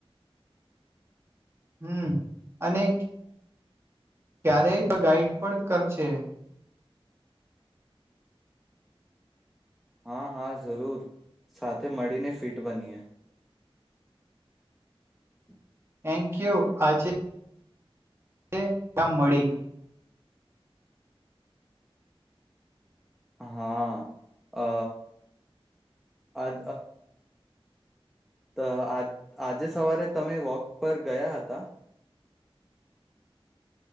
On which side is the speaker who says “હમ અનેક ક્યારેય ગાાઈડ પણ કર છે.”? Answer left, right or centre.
Right